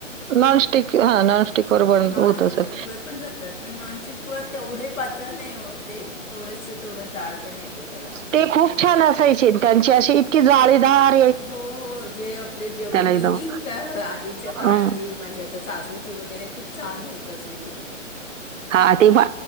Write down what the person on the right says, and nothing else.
नॉनस्टिक हा नॉनस्टिक वर बण
होत
असेल.
ते खूप छान असायचे त्यांचे असशी इतकी जाळेदार
एकदम
अं,
हा तेी भा